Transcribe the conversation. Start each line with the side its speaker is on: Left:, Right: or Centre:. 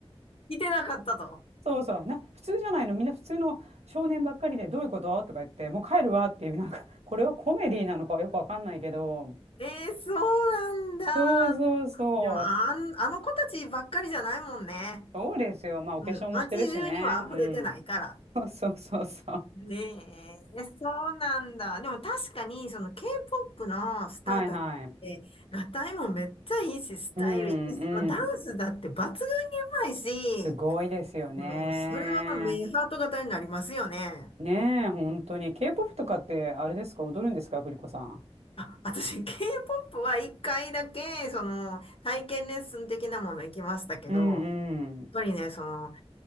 Left: 来てなかったと。
Right: そうそう、な、普通じゃないの、みんな普通の少年ばっかりでどういうこととか言って、もう帰るわっていう、なんか、これはコメディなのかよくわかんないけど、
Left: えー、そうなんだ。
Right: そうそうそう、
Left: でも、あん、あの子たちばっかりじゃないもんね。
Right: そうですよ。まあお化粧もしてるしね、
Left: うん。街中には溢れてないから。
Right: うん。<laughs> そうそうそうそう。
Left: ねえ、そうなんだ。でも確かに、その K-POP のスターたちって、
Right: はいはい。
Left: 合いもめっちゃいいし、スタイルいいし、
Right: うんうん。
Left: もうダンスだって抜群にうまいし、
Right: すごいですよね。
Left: もう、それは目ハート型になりますよね。
Right: ねえ、本当に。K-POP とかってあれですか踊るんですか栗子さん。
Left: あ、私、K-POP は一回だけ、その、体験レッスン的なもの行きましたけど、
Right: うんうん。
Left: やっぱりね、その、